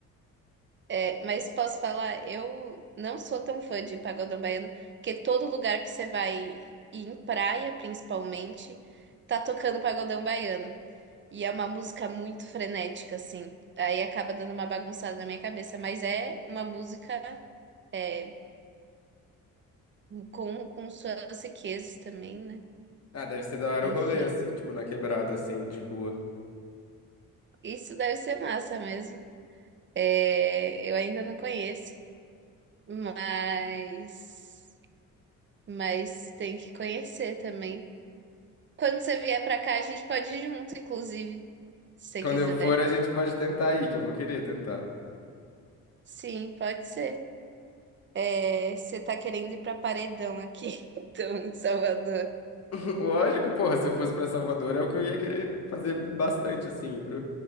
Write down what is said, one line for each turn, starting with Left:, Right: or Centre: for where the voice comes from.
Right: É, Mas posso falar, eu não sou tão fã de pagodão baiano, porque todo lugar que você vai, e em praia principalmente, tá tocando pagodão baiano. E é uma música muito frenética, assim. Aí acaba dando uma bagunçada na minha cabeça, mas é uma música é, com, com suas riquezas também, né?
Left: Ah, deve ser da hora
Right: Enfim,
Left: o rolê, assim, tipo, na quebrada, assim, de rua.
Right: isso deve ser massa mesmo. É, eu ainda não conheço, mas, mas tem que conhecer também. Quando você vier pra cá, a gente pode ir junto, inclusive, se você
Left: Quando
Right: quiser.
Left: eu for, a gente pode tentar ir, que eu vou querer tentar.
Right: Sim, pode ser. É, você tá querendo ir pra Paredão aqui, <laughs> então, em Salvador.
Left: <laughs> Lógico, porra, se eu fosse pra Salvador, é o que eu ia querer fazer bastante, assim, pro,